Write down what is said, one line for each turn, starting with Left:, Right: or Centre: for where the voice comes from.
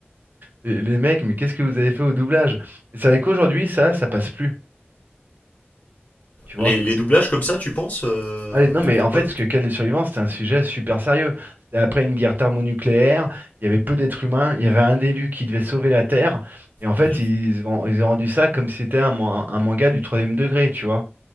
Right: les, les mecs, mais qu'est-ce que vous avez fait au doublage? Et c'est vrai qu'aujourd'hui, ça, ça passe plus, tu vois.
Left: Les, les doublages comme ça, tu penses euh,
Right: Allez, non, mais
Left: pourquoi
Right: en fait, ce que Ken les survivants, c'était un sujet super sérieux. C'était après une guerre thermonucléaire, il y avait peu d'êtres humains, il y avait un élu qui devait sauver la Terre. Et en fait,
Left: Mhm.
Right: ils ont, ils ont rendu ça comme si c'était un, man- un manga du troisième degré, tu vois.